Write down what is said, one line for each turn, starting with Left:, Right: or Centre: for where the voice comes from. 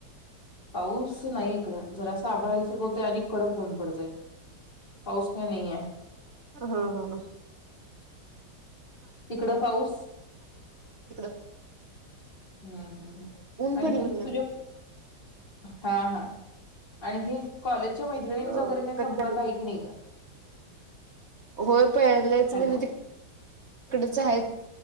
Left: पाऊस नाही इकड जरासं आभळाल आल्यासारखं होतंय आणि कडक ऊन पडतय, पाऊस काय नाहीय.
Right: हम
Left: तिकडं पाऊस
Right: <unintelligible>
Left: हम्म हम्म हम् आणि
Right: पडलं
Left: हे
Right: म्हणलं.
Left: तुझ्या हा हा आणि हे कॉलेज च्या मैत्रिणींच
Right: अ
Left: वगैरे काही
Right: कटकट
Left: संपर्क आहे की नाही ग?
Right: होय, पहिलेच
Left: हॅलो
Right: म्हणजे ती तकडेच आहेत.